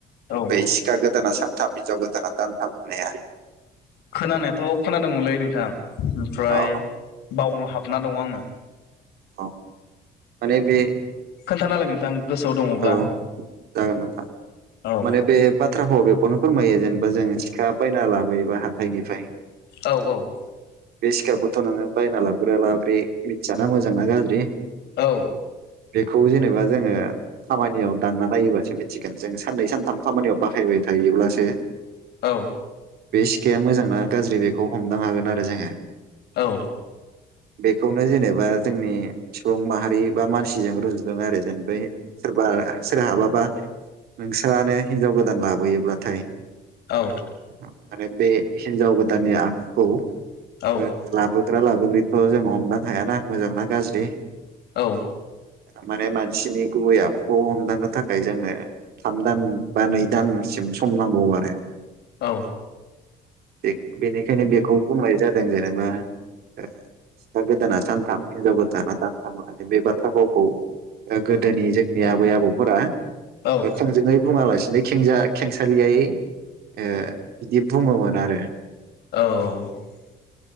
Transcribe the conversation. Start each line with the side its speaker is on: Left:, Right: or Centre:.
Left: औ
Right: बै सिखा गोदाना सान थाम हिनजाव गोदाना दानथाम होननाया।
Left: खोनानायाथ' खोनादोंमोनलै नोंथां ओमफ्राय
Right: औ
Left: बाव हाबना दङ आङो।
Right: अ माने बे
Left: खोनथानालाय नोंथां। गोसोआव दङब्ला
Right: औ जागोन नोथां
Left: औ
Right: माने बे बाथ्राफाव आव बेखौनो फोरमायो जेन बा जोंङो सिखा बायना लाबोयोबा हाथायनिफ्राय
Left: औ औ।
Right: बे सिखाखौथ' नोङो बायना लाबोग्रा लाबोग्रि मिथियाना मोजां ना गाज्रि।
Left: औ
Right: <inaudible> बेखौ जेनेबा जोंङो खामानियाव दानना नायोबासो मिथिगोन जोङो साननै सानथाम खामानियाव बाहायबाय थायोब्लासो।
Left: औ
Right: बे सिखाया मोजां ना गाज्रि बेखौ हमदां हागोन आरो जोंङो
Left: औ
Right: बेखौनो जेनेबा बा जोंनि सुबुं माहारि बा मानसिजों रुजुजानाय आरो जेन बै सोरबा सोर हाबा बा नोंस्रानो हिनजाव गोदान लाबोयोब्लाथाय
Left: औ
Right: माने बे हिनजाव गोदान नि आखुखौ
Left: औ
Right: ओन लाबोग्रा लाबोग्रिथ जों हमदां हायाना मोजां ना गाज्रि
Left: औ
Right: माने मानसिनि गुबै आखुखौ हमदांनो थाखाय जोंनो थाम दान बा नै दानसि सिम सम नांगौ आरो
Left: औ
Right: बे बेनिखायनो बेखौ बुंनाय जादों जेनेबा ओ सिखा गोदाना सानथाम हिनजाव गोदाना दानथाम होननानै बे बाथ्रा फावखौ ओ गोदोनि जोंनि आबै आबौफोरा
Left: औ
Right: ओ थोंजोङै बुङालासिनो बैखिंजा खेंसालियायै ओ बिदि बुङोमोन आरो।
Left: औ